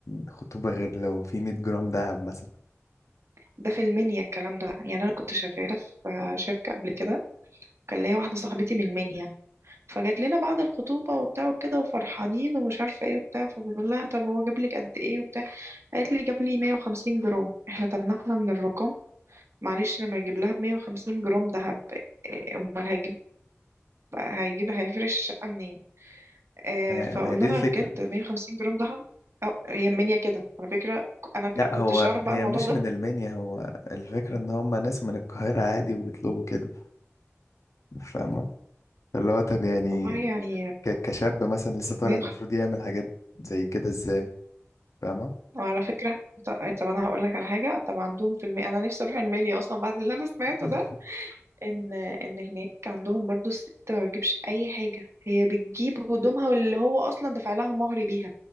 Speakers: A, on the left; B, on the right.
A: خطوبه غير لو في 100 جرام دهب مثلا
B: ده في المنيا الكلام ده يعني انا كنت شغاله في شركه قبل كده كان ليا واحده صاحبتي من المنيا فجات لنا بعد الخطوبه وبتاع وكده وفرحانين ومش عارفه ايه وبتاع فبقول لها طب هو جاب لك قد ايه وبتاع قالت لي جاب لي 150 جرام احنا تنحنا من الرقم معلش لما يجيب لها ب 150 جرام دهب إيه، امال هيجيب هيجيب هيفرش الشقه منين آه،
A: ما
B: فقلنا
A: ما هي دي
B: لها
A: الفكرة
B: بجد 150 جرام ذهب أو هي منيا كده على فكرة أنا ك-
A: لا
B: كنتش
A: هو
B: أعرف بقى
A: هي
B: الموضوع
A: مش
B: ده
A: من المنيا هو الفكرة ان هم ناس من القاهرة عادي وبيطلبوا كده فاهمة فاللي هو طب يعني
B: والله يعني
A: ك- كشاب مثلا لسه طالع
B: منين
A: المفروض
B: خ-
A: يعمل حاجات زي كده ازاي فاهمة
B: وعلى فكرة ط- طب أنا هقول لك على حاجة طب عندهم في المنيا أنا نفسي أروح المنيا أصلا بعد اللي أنا سمعته
A: <laughs>
B: ده إن إن هناك عندهم برضو الست ما بتجيبش أي حاجة هي بتجيب هدومها واللي هو أصلا دفع لها مهر بيها